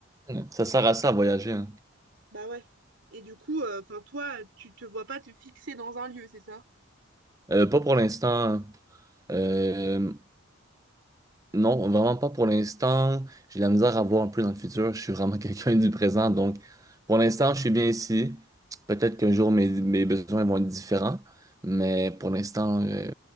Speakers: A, on the right (about 15°); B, on the right (about 55°).
A: hein. Ça sert à ça à voyager. hein.
B: Bah ouais. Et du coup, enfin, toi, tu te vois pas te fixer dans un lieu, c'est ça?
A: Euh, pas pour l'instant. Euh, non, vraiment pas pour l'instant. J'ai de la misère à voir un peu dans le futur. Je suis vraiment <laughs> quelqu'un du présent. Donc, pour l'instant, je suis bien ici. Peut-être qu'un jour, mes, mes besoins vont être différents. Mais pour l'instant, euh,